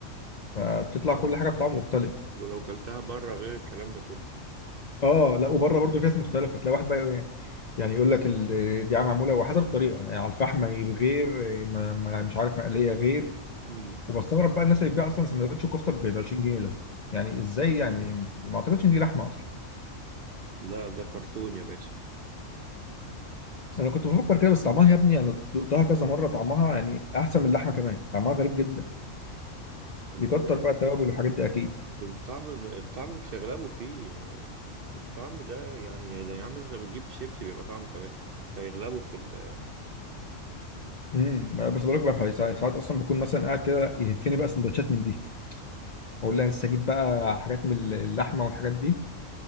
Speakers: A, on the left (about 45°); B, on the right (about 55°).
A: فبتطلع
B: آه.
A: كل حاجه بطعم مختلف
B: ولو كلتها بره غير الكلام ده كله
A: اه لا وبره برضو في ناس مختلفه تلاقي واحد بقى يقول- إيه، يعني يقول لك ال- دي معموله وحسب الطريقه يعني على الفحم غير ما- ما- مش عارف مقليه غير
B: مم.
A: وبستغرب بقى الناس اللي بتبيع اصلا سندوتش كفته ب 20 جنيه ده يعني ازاي يعني ما اعتقدش ان دي لحمه اصلا
B: لا ده كرتون يا باشا
A: انا كنت بفكر كده بس طعمها يا ابني انا دقتها كذا مره طعمها يعني احسن من اللحمه كمان طعمها غريب جدا
B: ال-
A: بيكتر بقى التوابل والحاجات دي اكيد
B: الطعم الطعم مش هيغلبوا فيه آه، الطعم ده يعني يا عم انت بتجيب شيبسي بيبقى طعمه كمان هيغلبوا في ال...
A: امم بس بقول لك بقى ساعات ساعات اصلا بكون مثلا قاعد كده يهفني بقى سندوتشات من دي اقول لها لسه اجيب بقى حاجات من اللحمه والحاجات دي